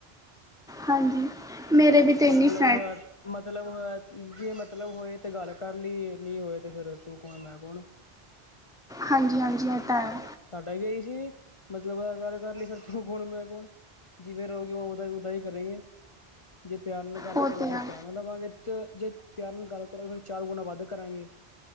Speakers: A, in the centre; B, on the left.
A: ਹਾਂਜੀ। ਮੇਰੀ ਤੇ, ਇੰਨੀ
B: ਮਤਲਬ
A: ਫ
B: ਮਤਲਬ ਜੇ, ਮਤਲਬ ਹੋਏ ਤੇ ਗੱਲ ਕਰ ਲਈ। ਨਹੀਂ ਹੋਏ ਤੇ, ਫੇਰ ਤੂੰ ਕੌਣ, ਮੈਂ ਕੌਣ।
A: ਹਾਂਜੀ-ਹਾਂਜੀ, ਇਹ ਤਾਂ ਹੈ।
B: ਸਾਡਾ ਵੀ ਆਈ ਸੀ, ਵੀ ਮਤਲਬ ਅਗਰ ਗੱਲ ਕਰ ਲਈ, ਫੇਰ ਤੂੰ ਕੌਣ ਮੈਂ ਕੌਣ। ਜਿਵੇਂ ਰਹੋਗੇ। ਉਦਾ ਹੀ ਉਦਾ ਹੀ ਕਰੇਗੇ, ਜੇ ਪਿਆਰ ਨਾਲ ਗੱਲ
A: ਉਹ
B: ਕਰੋ
A: ਤਾਂ
B: ਫੇਰ
A: ਹੈ
B: ਪਿਆਰ ਨਾਲ ਲਵਾਂਗੇ। ਤੇ ਜੇ ਪਿਆਰ ਨਾਲ, ਗੱਲ ਕਰੋ ਫੇਰ ਚਾਰ ਗੁਣਾ, ਵੱਧ ਕਰਾਂਗੇ।